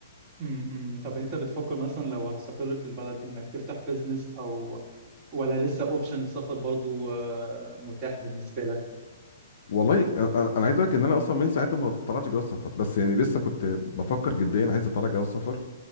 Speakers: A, on the right (about 20°); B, on the left (about 50°).
A: امم طب انت بتفكر مثلا لو هتستقر في البلد انك تفتح بيزنس او ولا لسه اوبشن السفر برضو آه، متاح بالنسبة لك
B: والله أنا أنا- أنا عايز أقول لك إن أنا أصلا من ساعتها ما طلعتش جواز سفر بس يعني لسه كنت بفكر جديا عايز أطلع جواز سفر